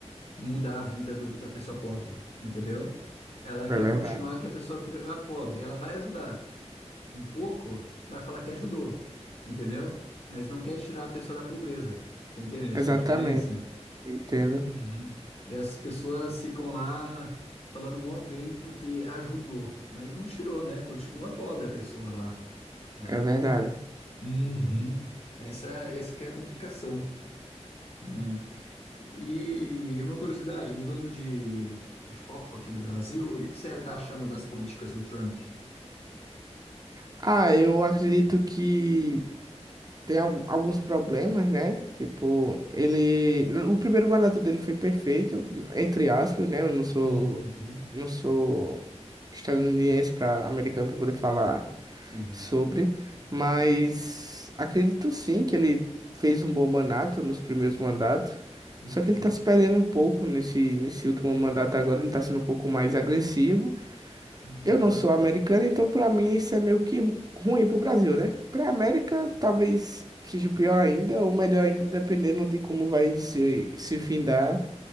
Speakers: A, on the left (about 60°); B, on the right (about 35°).
A: mudar a vida do- da pessoa pobre, entendeu? Ela quer
B: É verdade.
A: continuar que a pessoa fica pobre. Ela vai ajudar um pouco para falar que ajudou, entendeu? Mas não quer tirar a pessoa da pobreza. Você entende essa
B: Exatamente,
A: diferença?
B: entendo.
A: Uhum. Essas pessoas ficam lá falando mó bem porque ajudou, mas não tirou, né? Continua pobre a pessoa lá, né?
B: É verdade.
A: Uhum. Essa, é, essa que é a complicação, né? E uma curiosidade, mudando de, de foco aqui do Brasil, e o que você está achando das políticas do Trump?
B: Ah, eu acredito que tem al- alguns problemas, né? Tipo, ele. O primeiro mandato dele foi perfeito, entre aspas, né? Eu não sou.
A: Uhum.
B: Não sou estadunidense para americano para poder falar
A: Sim.
B: sobre. Mas acredito sim que ele fez um bom mandato nos primeiros mandatos.
A: Uhum.
B: Só que ele tá se perdendo um pouco nesse, nesse último mandato agora, ele tá sendo um pouco mais agressivo.
A: Uhum.
B: Eu não sou americano, então pra mim isso é meio que um- ruim pro Brasil, né? Pra América talvez seja pior ainda, ou melhor ainda, dependendo de como vai se, se findar